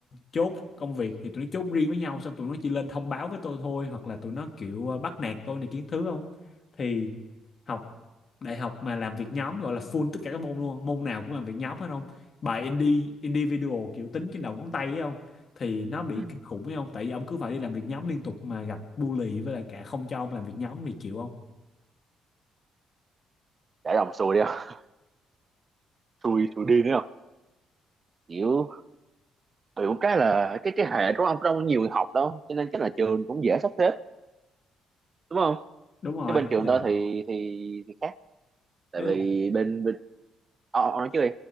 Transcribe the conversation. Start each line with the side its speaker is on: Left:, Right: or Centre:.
Left: chốt công việc thì tụi nó chốt riêng với nhau xong tụi nó chỉ lên thông báo với tôi thôi hoặc là tụi nó kiểu ờ, bắt nạt tôi này kiến thứ không thì học đại học mà làm việc nhóm gọi là full tất cả các môn luôn môn nào cũng làm việc nhóm hết không bài indie individual kiểu tính trên đầu ngón tay ấy không thì nó bị
Right: ừ.
Left: kinh khủng ấy không tại vì ông cứ phải đi làm việc nhóm liên tục mà gặp bully với lại cả không cho ông làm việc nhóm thì chịu không
Right: để ông xui đi không xui xui đi nữa không kiểu kiểu cái là cái cái hệ của ông đâu có nhiều người học đâu cho nên chắc là trường cũng dễ sắp xếp đúng không
Left: đúng rồi
Right: chứ bên
Left: ấy
Right: trường
Left: là
Right: tôi thì thì thì khác tại
Left: ấy
Right: vì
Left: là
Right: bên bên ờ, ông nói trước đi